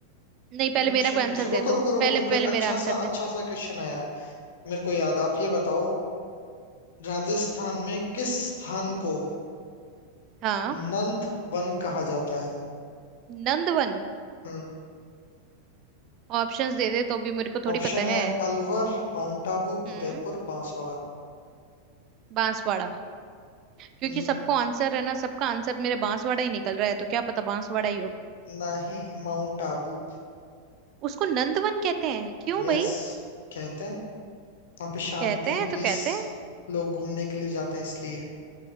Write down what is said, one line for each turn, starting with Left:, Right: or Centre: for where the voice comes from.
Right: नहीं
Left: पूछ
Right: पहले मेरा कोई आंसर
Left: पूछो
Right: दे
Left: रुको
Right: तू
Left: रुको रुको
Right: पहले
Left: मेरे को
Right: पहले
Left: एक अच्छा
Right: मेरा आंसर
Left: सा
Right: दे
Left: अच्छा सा क्वेश्चन आया मेरे को याद आप ये बताओ राजस्थान में किस स्थान को
Right: हाँ
Left: नंद वन कहा जाता है
Right: नंदवन
Left: हम्म
Right: ऑप्शंस दे दे तो भी मेरे को थोड़ी
Left: ऑप्शन
Right: पता
Left: है
Right: है
Left: अलवर माउंट आबू
Right: हम्म
Left: उदयपुर बांसवाड़ा
Right: बांसवाड़ा क्योंकि
Left: न-
Right: सबको आंसर है ना सबका आंसर मेरे बांसवाड़ा ही निकल रहा है तो क्या पता बांसवाड़ा ही हो
Left: नहीं माउंट आबू
Right: उसको नंदवन कहते हैं क्यों
Left: यस
Right: भाई
Left: कहते हैं वहाँ पे शांति
Right: कहते हैं
Left: पीस
Right: तो कहते हैं
Left: लोग घूमने के लिए जाते हैं इसलिए